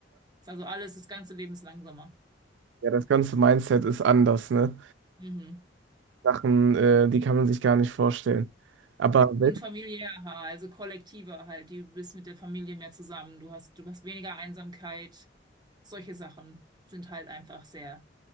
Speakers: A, on the right; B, on the right.
A: Ist Also alles, das ganze Leben ist langsamer.
B: ja, das ganze Mindset ist anders, ne?
A: Mhm.
B: Sachen, äh, die kann man sich gar nicht vorstellen. Aber
A: Und
B: wel-
A: familiärer, also kollektiver halt. Die- Du bist mit der Familie mehr zusammen. Du hast, du hast weniger Einsamkeit. Solche Sachen sind halt einfach sehr,